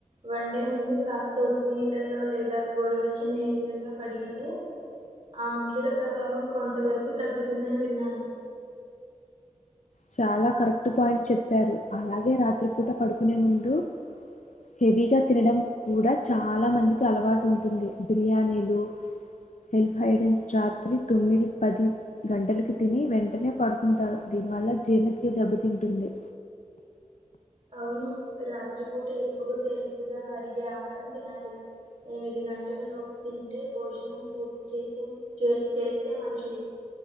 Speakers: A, on the right (about 40°); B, on the left (about 70°).
A: వన్ డే ముందు కాస్త ఉప్పు నీళ్ళల్లో లేదా గోరువెచ్చ నీళ్ళల్లో కడిగితే ఆ మందుల ప్రభావం కొంత వరకు తగ్గుతుందని విన్నాను
B: చాలా కరెక్ట్ పాయింట్ చెప్పారు అలాగే రాత్రిపూట పడుకునే ముందు హెవీగా తినడం కూడా చాలా మందికి అలవాటు ఉంటుంది బిర్యానీలు హెల్ హైడెన్స్ రాత్రి తొమ్మిది పది గంటలకి తిని వెంటనే పడుకుంటారు దీని వల్ల జీర్ణక్రియ దెబ్బతింటుంది
A: అవును రాత్రిపూట ఎప్పుడూ తేలికగా అరిగే ఆహారం తినాలి ఎనిమిది గంటల లోపు తింటే భోజనం పూర్తి చేసే చే చేస్తే మంచిది